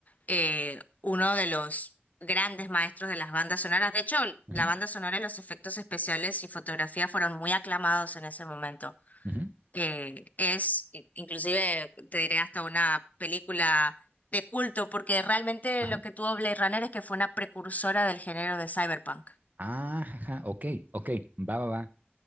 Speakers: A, on the left; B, on the right.
A: eh, uno de los grandes maestros de las bandas sonoras. De hecho,
B: ujú,
A: la banda sonora y los efectos especiales y fotografía fueron muy aclamados en ese momento.
B: ujú,
A: Eh, es, i- inclusive, te diré hasta una película de culto, porque realmente
B: ajá.
A: lo que tuvo Blade Runner es que fue una precursora del género de cyberpunk.
B: Ah, ajá, ok, ok, va, va, va,